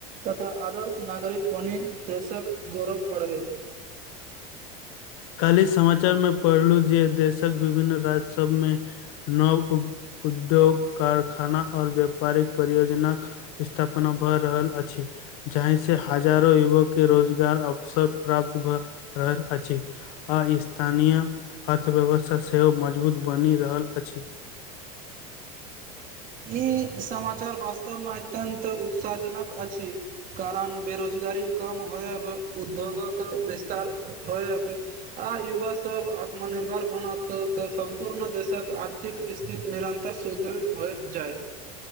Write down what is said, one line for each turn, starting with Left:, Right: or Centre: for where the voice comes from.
Right: तथा आदर्श नागरिक बनी देशक गौरव बढ़बै।
Left: काल्हि समाचार में पढ़लू जे देशक विभिन्न राज्य सब मे नव उ उद्योग कारखाना आऔर व्यापारिक परियोजना कऽ स्थापना भऽ रहल अछि। जहहिं से हजारो युवक के रोजगार अवसर प्राप्त भए रहल अछि। आ स्थानीय अर्थव्यवस्था सेहो मजबूत बनि रहल अछि।
Right: ई समाचार वास्तवमे अत्यन्त उत्साह जनक अछि। कारण बेरोजगारी कम होइब उद्योगक विस्तार होइब आ युवा सभ आत्मनिर्भर बनत तऽ सम्पूर्ण देशक आर्थ थिक स्थिति निरन्तर सुदृढ़ होइत जायत।